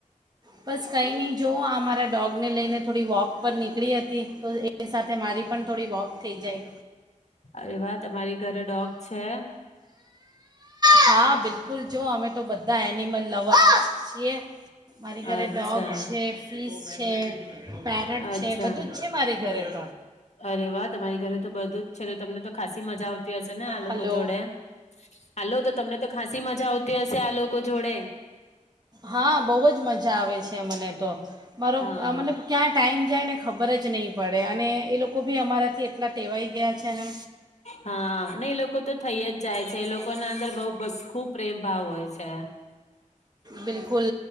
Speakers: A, on the right; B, on the left.
A: બસ કંઈ નહી જો આ મારા ડોગને લઈને થોડી વોક પર નીકળી હતી, તો એ સાથે મારી પણ થોડી વોક થઈ જાય.
B: અરે વાહ, તમારી ઘરે ડોગ છે?
A: હા, બિલકુલ જો અમે તો બધા એનિમલ લવર્સ છીએ. મારી ઘરે
B: અચ્છા
A: ડોગ છે, ફીશ છે. પેરેટ
B: અચ્છા
A: છે, બધુંજ છે મારી ઘરે <inaudible>
B: અરે વાહ તમારી ઘરે તો બધુંજ છે ને તમને તો ખાસી મજા આવતી હશે ને આલોકો
A: હલો
B: જોડે આ લો તમને તો ખાસી મજા આવતી હશે આ લોકો જોડે.
A: હા બહુ જ મજા આવે છે મને તો. મારો
B: હા
A: અ મતલબ ક્યાં ટાઈમ જાય ને ખબર જ નહીં પડે અને. એ લોકો બી અમારાથી એટલા ટેવાઈ ગયા છે ને
B: હા નય એ લોકો તો થઈ જ જાય છે એ લોકો ના અંદર બઉ બસ ખુબ પ્રેમ ભાવ હોય છે.
A: બિલકુલ